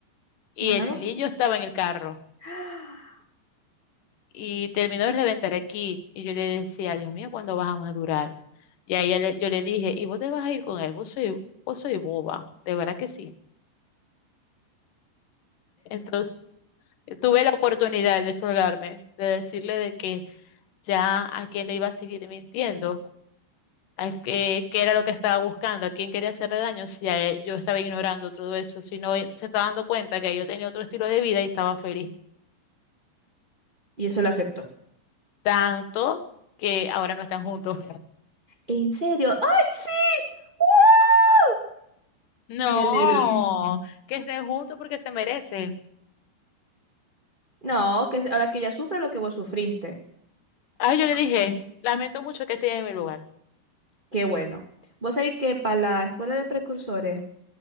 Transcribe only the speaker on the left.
y
el
niño estaba en el carro
y terminó de reventar aquí y yo le decía, Dios mío, ¿cuándo vas a madurar? Y a ella le- yo le dije, ¿y vos te vas a ir con él? Vos soy, vos soy boba, de verdad que sí. Entonces... tuve la oportunidad de solgarme, de decirle de que ya a quién le iba a seguir mintiendo, a qué, qué era lo que estaba buscando, a quién quería hacerle daño, si a él- yo estaba ignorando todo eso, si no él se estaba dando cuenta que yo tenía otro estilo de vida y estaba feliz.
Tanto que ahora no están juntos.
No,
Mm. que estén juntos porque se merecen.
Ah, yo
le dije, lamento mucho que estés en mi lugar.